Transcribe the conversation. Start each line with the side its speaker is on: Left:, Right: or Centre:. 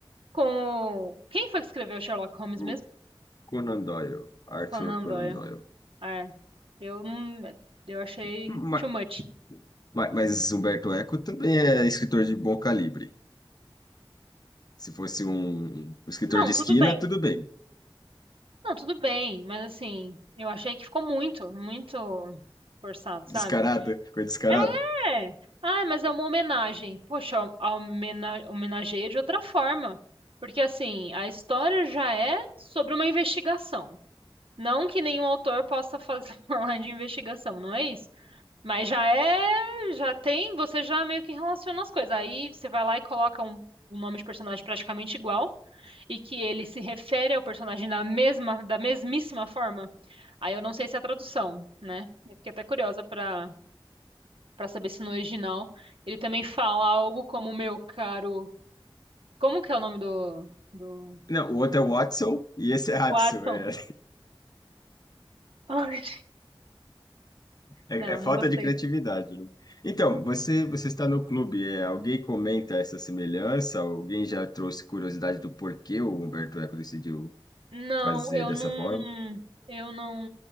Right: com o... Quem foi que escreveu Sherlock Holmes
Left: O
Right: mesmo?
Left: Conan Doyle, Arthur
Right: Conan
Left: Conan
Right: Doyle.
Left: Doyle.
Right: É, eu não... Eu achei
Left: Ma-
Right: too much.
Left: ma- Mas, Humberto Eco também é escritor de bom calibre. Se fosse um, um escritor
Right: Não,
Left: de esquina,
Right: tudo bem.
Left: tudo bem.
Right: Não, tudo bem, mas assim, eu achei que ficou muito, muito forçado,
Left: Descarado,
Right: sabe?
Left: ficou descarado.
Right: É! Ah, mas é uma homenagem. Poxa, a homena- homenageia de outra forma. Porque, assim, a história já é sobre uma investigação. Não que nenhum autor possa fazer <laughs> falar de investigação, não é isso? Mas já é, já tem, você já meio que relaciona as coisas. Aí você vai lá e coloca um, um nome de personagem praticamente igual e que ele se refere ao personagem da mesma, da mesmíssima forma. Aí eu não sei se é a tradução, né? Eu fiquei até curiosa para. Pra saber se no original ele também fala algo como meu caro. Como que é o nome do do
Left: Não, o outro é Watson e esse é Hudson.
Right: Watson?
Left: é.
Right: Ai,
Left: É,
Right: não,
Left: é falta
Right: não gostei.
Left: de criatividade, né? Então, você, você está no clube, é, alguém comenta essa semelhança? Alguém já trouxe curiosidade do porquê o Humberto Eco decidiu
Right: Não,
Left: fazer
Right: eu
Left: dessa
Right: não
Left: forma?
Right: eu não